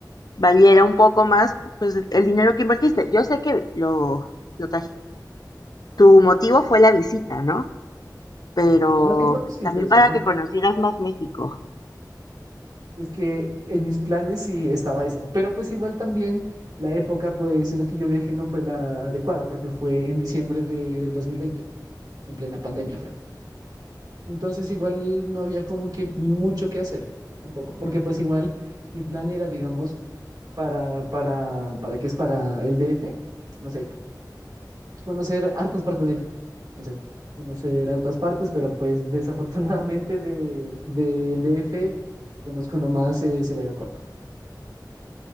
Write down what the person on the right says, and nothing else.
sí, más que todo sí
fue eso,
ajá.
Es que en mis planes sí estaba eso, pero pues igual también la época pues en la que yo viajé no fue la adecuada porque fue en diciembre del 2020 en plena pandemia fue. Entonces igual no había como que mucho que hacer tampoco, porque pues igual mi plan era, digamos, para, para, para qué es para el DF, no sé, conocer hartas partes de, no sé, conocer hartas partes, pero pues desafortunadamente de, del DF conozco nomás es el aeropuerto.